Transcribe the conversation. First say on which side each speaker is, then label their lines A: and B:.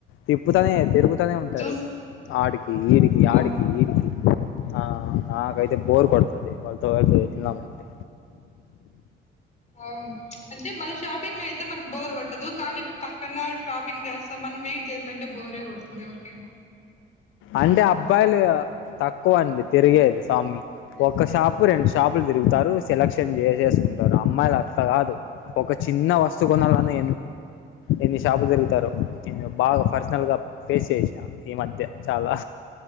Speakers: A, on the left; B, on the left.
A: తిప్పుతనే తిరుగు నే ఉంటారు
B: చూస్
A: ఆడికి ఈడికి
B: ఆ!
A: ఆడికి ఈడికి ఆ నాకైతే బోర్ కొడుతుది వాళ్ళతో ఎటైనా వెతున్నామంటే
B: అవును అంటే మన షాపింగ్ అయితే మనకు బోర్ కొట్ చదు కానీ పక్కన వాళ్ళు షాపింగ్ చేస్తా మనం వెయిట్ చేయాలంటే బోరే కొడుతుంది ఎవరికైనా
A: అంటే అబ్బాయిలు తక్కువ అండి తిరిగేది స్వామి ఒక్క షాపు రెండు షాపులు తిరుగుతారు సెలక్షన్ చేసేసుకుంటారు. అమ్మాయిలు అట్లా కాదు. ఒక చిన్న వస్తువు కొనాలన్నా ఎన్ని షాపులు తిరుగుతారో. నేను బాగా పర్సనల్ గా ఫేస్ చేసా ఈ మధ్య చాలా